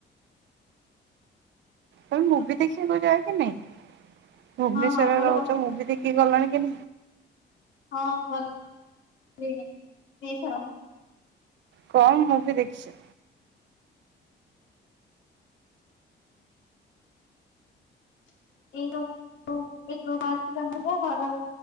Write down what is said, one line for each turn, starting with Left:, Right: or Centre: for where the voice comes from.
Right: ତମେ
Left: ହଁ
Right: ମୁବି ଦେଖିବାକୁ ଯାଏ କି ନାଇଁ? ଭୁବନେଶ୍ୱରରେ
Left: ହଁ ମୋର
Right: ରହୁଛ
Left: ପଚିଶ
Right: ମୁବି ଦେଖିକି ଗଲାଣି କେ
Left: ହଁ ଗଲ୍ ଲିଣି। ଦି ଥର।
Right: କମ୍ ମୂଭିି ଦେଖିଛ୍?
Left: <inaudible> ହରର।